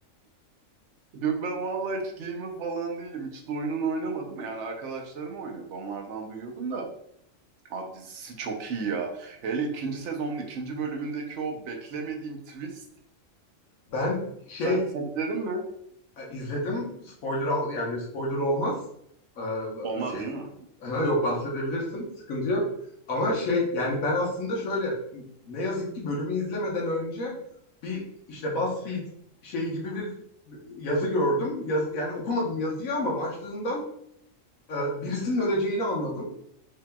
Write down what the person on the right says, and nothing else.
Yok ben vallahi hiç gamer falan değilim. Hiç de oyunun oynamadım. Yani arkadaşlarım oynuyordu. Onlardan duyuyordum da. Abi dizisi çok iyi ya. Hele ikinci sezonun ikinci bölümündeki o beklemediğim twist.
Sen, sen izledin mi?
Olmaz
değil mi?